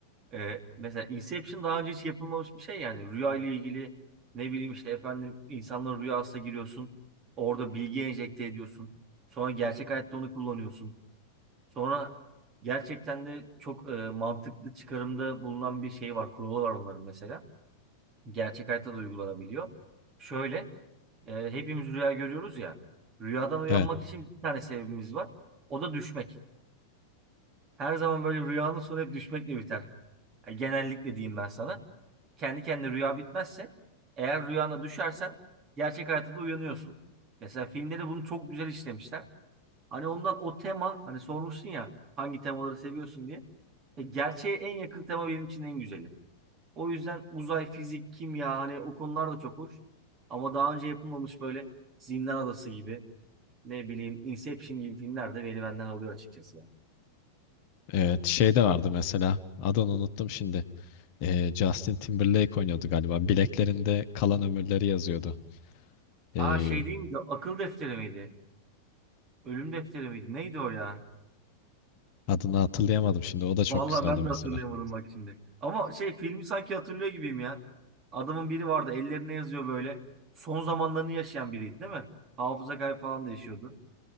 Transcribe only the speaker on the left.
Evet,
evet şey de vardı mesela adını unuttum şimdi. Ee, Justin Timberlake oynuyordu galiba. Bileklerinde kalan ömürleri yazıyordu. Ee,
adını hatırlayamadım şimdi. O da çok
güzeldi
mesela.